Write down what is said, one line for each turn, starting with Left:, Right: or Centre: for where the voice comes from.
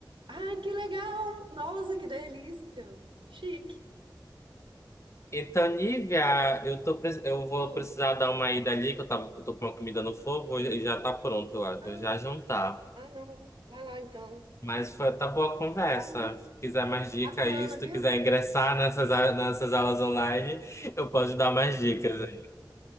Right: Ai, que legal! Nossa, que delícia! Chique.
Left: Então, Nívia, eu tô, pre- eu vou
Right: Pô.
Left: precisar dar uma ida ali, que eu, tava, eu tô com uma comida no fogo e já tá pronto, eu acho.
Right: Ah.
Left: Vou já jantar.
Right: Ah, não. Vai lá então.
Left: Mas foi, tá boa a conversa.
Right: Falou.
Left: Se quiser mais dica
Right: Bacana,
Left: aí, se
Right: viu?
Left: tu quiser ingressar nessas, a- nessas aulas online, eu posso te dar mais dicas
Right: Aham.
Left: aí.